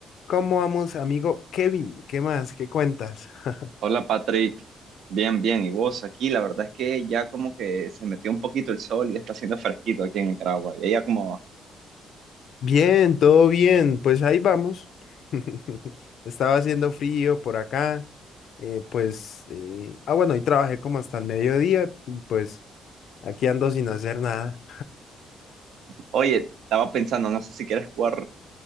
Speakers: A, on the left; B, on the right.
A: ¿Cómo vamos, amigo Kevin? ¿Qué más? ¿Qué cuentas? <laughs>
B: Hola Patrick, bien, bien, ¿y vos aquí? La verdad es que ya como que se metió un poquito el sol y ya está haciendo fresquito aquí en Nicaragua. Y ella como,
A: Bien, todo bien. Pues ahí vamos. <laughs> Estaba haciendo frío por acá. eh, pues, eh, ah, bueno, hoy trabajé como hasta el mediodía y pues aquí ando sin hacer nada.
B: oye, estaba pensando, no sé si quieres jugar